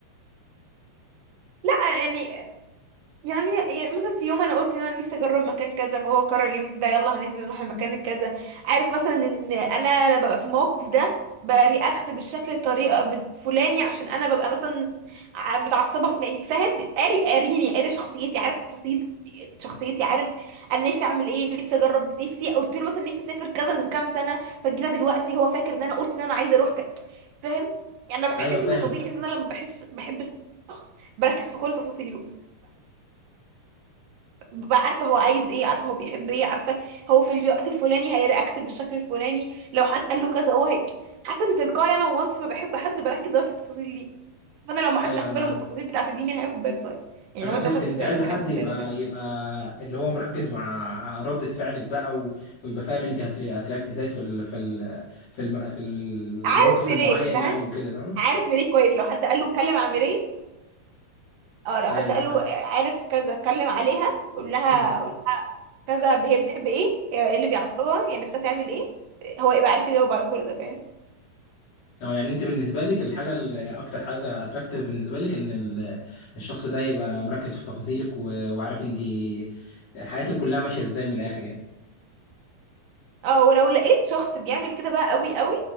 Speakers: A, on the right; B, on the left.
A: لا يعني يعني يعني مثلا في يوم انا قلت ان انا نفسي اجرب مكان كذا فهو قرر اليوم ده يلا هننزل نروح المكان الكذا عارف مثلا ان انا ببقى في الموقف ده برياكت بالشكل الطريقه الفلاني عشان انا ببقى مثلا ع- متعصبه يعني فاهم قاري قاريني قاري شخصيتي عارف تفاصيل شخصيتي عارف انا نفسي اعمل ايه نفسي اجرب نفسي قلت له مثلا نفسي اسافر كذا من كام سنه فجينا دلوقتي هو فاكر ان انا قلت ان انا عايزه اروح ك... فاهم يعني انا بحس
B: ايوه فاهم
A: ان طبيعي
B: فاهم
A: ان انا لما بحس بحب شخص بركز في كل تفاصيله ببقى عارفه هو عايز ايه عارفه هو بيحب ايه عارفه هو في الوقت الفلاني هيرياكت بالشكل الفلاني لو حد قال له كذا هو هي حاسه ان تلقائي انا وانس ما بحب حد بركز قوي في التفاصيل دي فانا لو ما حدش
B: ايوه
A: اخد
B: انا
A: باله
B: انا
A: من التفاصيل بتاعتي دي مين هياخد باله طيب يعني
B: انا
A: لو
B: فهمت
A: انت ما خدتش
B: ان انت
A: بالك
B: عايزه
A: مين
B: حد
A: هياخد
B: يبقى
A: باله فاهم
B: يبقى اللي هو مركز مع ردة فعلك بقى و... ويبقى فاهم انت هتري... هترياكت ازاي في ال... في ال... في الم... في الموقف
A: عارف ميراي
B: المعين
A: فاهم
B: يعني وكده فاهم
A: عارف ميراي كويس لو حد قال له اتكلم عن ميراي اه لو
B: ايوه
A: حد قال
B: فاهم
A: له عارف كذا اتكلم عليها قول لها
B: امم
A: قول كذا هي بتحب ايه هي ايه اللي بيعصبها هي نفسها تعمل ايه هو يبقى عارف يجاوب على كل ده فاهم
B: اه يعني انت بالنسبه لك الحاجه اللي اكتر حاجه اتراكتيف بالنسبه لك ان ال... الشخص ده يبقى مركز في تفاصيلك و... وعارف انت حياتك كلها ماشيه ازاي من الاخر يعني
A: اه ولو لقيت شخص بيعمل كده بقى قوي قوي